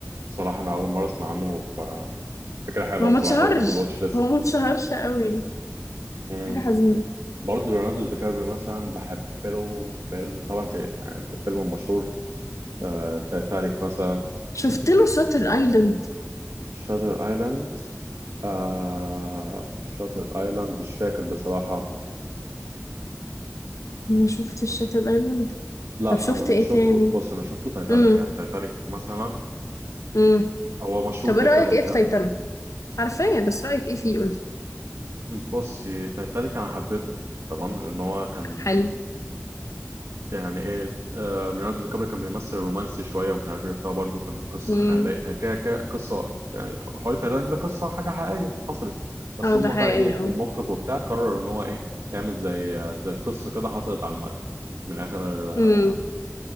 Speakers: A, on the right; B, on the left.
A: بصراحة أنا أول مرة أسمع عنه ففكرة حلوة
B: ما هو
A: بصراحة
B: ما اتشهرش
A: أحطه في الواتش ليست
B: هو ما اتشهرش قوي
A: مم.
B: حاجه حزينه
A: برضه ليوناردو دي كابريو مثلا بحب له فيلم طبعا ت- يعني فيلم مشهور آه، تايتانيك مثلا <laughs>
B: شفت له شاتر ايلاند
A: شاتر ايلاند آه شاتر ايلاند مش فاكر بصراحة
B: ما شفتش شاتر ايلاند
A: لا
B: طب شفت
A: انا اللي
B: ايه
A: شفته
B: تاني
A: بص انا شفته تايتانيك
B: امم
A: يعني تايتانيك مثلا
B: امم
A: هو مشهور
B: طب
A: جدا
B: ايه رايك
A: وبتاع
B: ايه في تايتانيك عارفاه بس رايك ايه فيه قولي
A: بص تايتانيك انا حبيته تمام لان هو كان
B: حلو
A: يعني ايه آه، ليوناردو دي كابري كان بيمثل رومانسي شويه ومش عارف ايه وبتاع برضه كانت قصه
B: امم
A: خياليه كده كده قصه يعني حوار تايتانيك ده قصه حاجه حقيقيه حصلت بس
B: اه
A: هم
B: ده حقيقي
A: بقى ايه
B: اه
A: المخرج وبتاع قرر ان هو ايه يعمل زي زي قصه كده حصلت على المركب من الاخر آه،
B: امم